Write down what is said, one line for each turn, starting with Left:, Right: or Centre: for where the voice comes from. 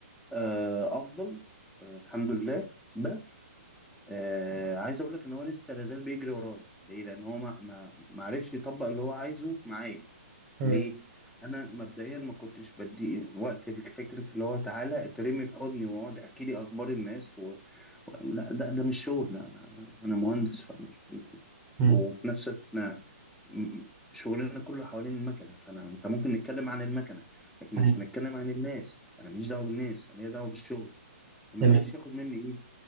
Centre: آه، افضل آه، الحمد لله بس آه، عايز اقول لك ان هو لسه لازال بيجري ورايا ليه لان هو ما ما ما عرفش يطبق اللي هو عايزه معايا
Right: مم.
Centre: ليه انا مبدئيا ما كنتش بدي وقت لفكره اللي هو تعالى اترمي في حضني واقعد احكي لي اخبار الناس و... و... لا ده ده مش شغل لا، انا انا مهندس فمش
Right: مم.
Centre: وفي نفس الوقت احنا م- شغلنا كله حوالين المكنه فانا انت ممكن نتكلم عن المكنه لكن
Right: أيوة،
Centre: مش هنتكلم عن الناس انا ماليش دعوه بالناس انا ليا دعوه بالشغل فما
Right: تمام
Centre: قدرش ياخد مني ايه